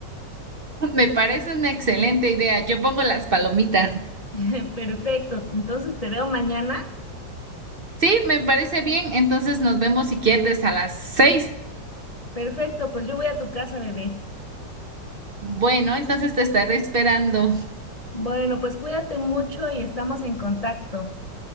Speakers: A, on the right; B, on the left.
A: <laughs> Me parece una excelente idea. Yo pongo las palomitas.
B: <laughs> Perfecto, entonces te veo mañana.
A: Sí, me parece bien. Entonces nos vemos si quieres a las seis.
B: Perfecto, pues yo voy a tu casa, bebé.
A: Bueno, entonces te estaré esperando.
B: Bueno, pues cuídate mucho y estamos en contacto.